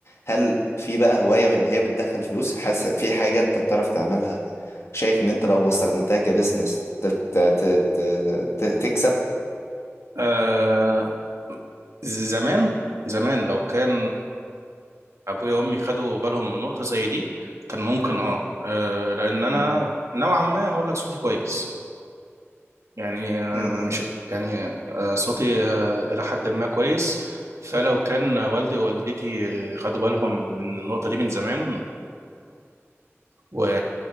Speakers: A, on the left (about 65°); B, on the right (about 80°).
A: هل في بقى هواية من اللي هي بتدخل فلوس حاسس في حاجة أنت بتعرف تعملها شايف إن أنت لو استخدمتها كبزنس ت- ت- ت- ت- ت- تكسب
B: آه، زمان زمان لو كان ابويا وامي خدوا بالهم من نقطة زي دي كان ممكن اه آه، لان
A: مم.
B: انا نوعا ما هقول لك صوتي كويس يعني آه،
A: مم.
B: مش يعني آه، صوتي آه، الى حد ما كويس فلو كان والدي ووالدتي آه، خدوا بالهم من النقطة دي من زمان و...